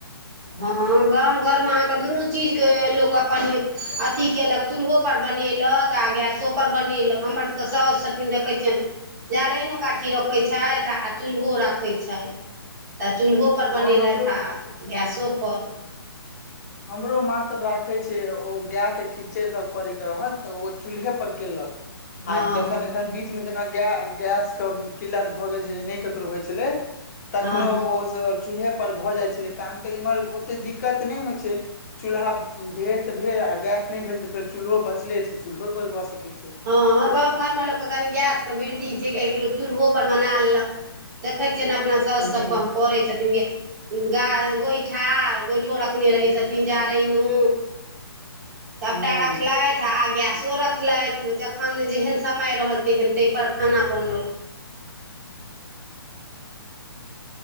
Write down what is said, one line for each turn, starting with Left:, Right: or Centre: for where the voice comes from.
Right: हँ गाम घर मे अहाँके दुनू चीजके लोक अपन अथी केलक चूल्हो पर बनेलक आ गैसो पर बनेलक हमर सभ के सा छथिन देखै छियनि जारैनो काठी रखे छथि आ चूल्हो राख रखैत छथि तऽ चूल्हो परर
Left: हँ
Right: बनेलथि
Left: हमरो
Right: आ गैसोपर
Left: हमरो माँ सब राखे छ ओ गााय के खीचड़ सब करेके रहल तऽ ओ चूल्हे पर केलक
Right: हँ
Left: आ जखन एखन बीच मे जेना गैस के किल्लत भऽ गेल छै नहि ककरो होइ छलै तखनो
Right: हँ हँ
Left: ओ चूल्हे पर भऽ जाइ छलै काम तऽ इम्हर ओते दिक्कत नहि होइत छैय चूल्हा भेल ते भेल आ गैस नहि भेल तऽ फेर चूल्हो बचले छै चूल्होो पर गऽ सकैत छै
Right: हँ गाम घरमे लोकके कनि गैसके वृद्धि छै किआकि लोक चूल्हो परर बना लेलक देखै छियनि अपना साउसु
Left: हूँ
Right: सभके हम करै छथिन गे गा गोइठा गोइठो रखने रहै छथिन जारैनो सबटा
Left: हूँ
Right: रखलथि आ गैसो रखलथि जखन जेहन समय रहल तेहन ताहि पर खाना बनल